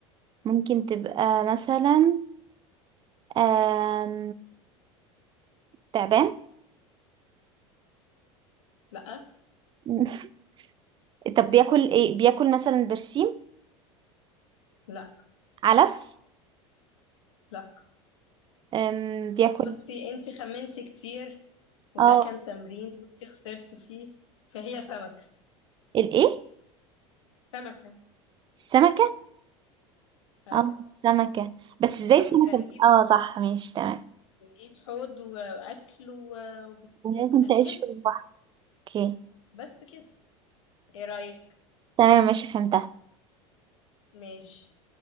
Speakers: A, on the right (about 30°); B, on the left (about 75°).
A: ممكن تبقى مثلا آم، تعبان
B: لا
A: <laughs> طب بياكل ايه بياكل مثلا برسيم
B: لا
A: علف
B: لا
A: آم، بياكل
B: بصي انت خمنتي كتير وده
A: اه
B: كان تمرين وانت خسرتي فيه فهي سمكة
A: الايه
B: سمكة
A: السمك
B: اهو
A: اه السمكة بس ازاي
B: سمكة
A: السمكة بت-
B: نجيب
A: اه صح ماشي تمام
B: نجيب حوض واكل
A: وممكن
B: وبنأكله
A: تعيش في البحر اوكي
B: بس كده ايه رأيك
A: تمام ماشي فهمتها
B: ماشي